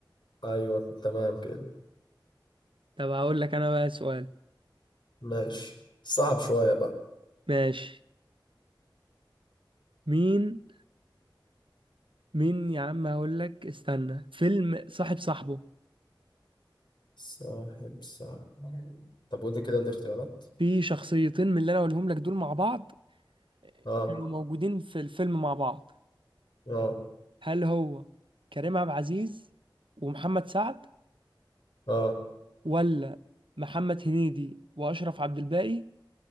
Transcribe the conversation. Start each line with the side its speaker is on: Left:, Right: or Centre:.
Left: أيوه تمام كده
Right: طب هقول لك انا بقى سؤال
Left: ماشي صعب شوية بقى
Right: ماشي مين مين يا عم هقول لك استنى فيلم صاحب صاحبه
Left: صاحب صاحب طب قول لي كده الاختيارات
Right: في شخصيتين من اللي انا اقولهم لك دول مع بعض آه،
Left: آه
Right: كانوا موجودين في الفيلم مع بعض
Left: آه
Right: هل هو كريم عبد العزيز ومحمد سعد
Left: آه
Right: ولا محمد هنيدي واشرف عبد الباقي